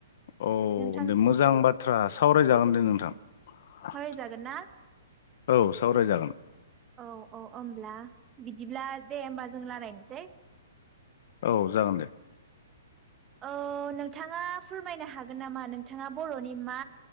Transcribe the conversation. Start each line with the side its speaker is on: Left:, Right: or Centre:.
Left: औ
Right: नोंथां
Left: दे मोजां बाथ्रा साव <unintelligible> रायजागोन दे नोंथां। <unintelligible>
Right: सावरायजागोन ना
Left: औ सावरायजागोन
Right: औ औ ओमब्ला बिदिब्ला दे होमबा जों लारायनोसै।
Left: औ जागोन दे।
Right: ओ नोंथाङा फोरमायनो हागोन नामा नोंथाङा बर'नि। मा